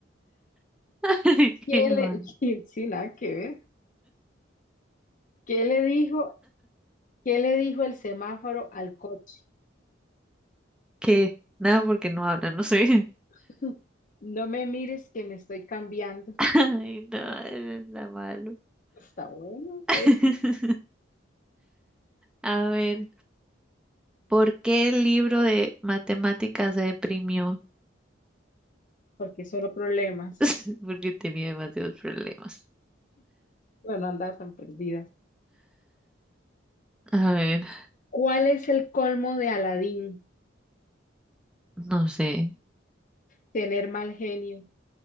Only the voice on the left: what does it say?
¿Qué
le, <laughs> sí, sí, nada que ver. ¿Qué le dijo, qué le dijo el semáforo al coche?
<laughs> No me mires que me estoy cambiando.
Está bueno
eso,
porque solo problemas.
Bueno, anda tan perdida.
¿Cuál es el colmo de Aladín?
Tener mal genio.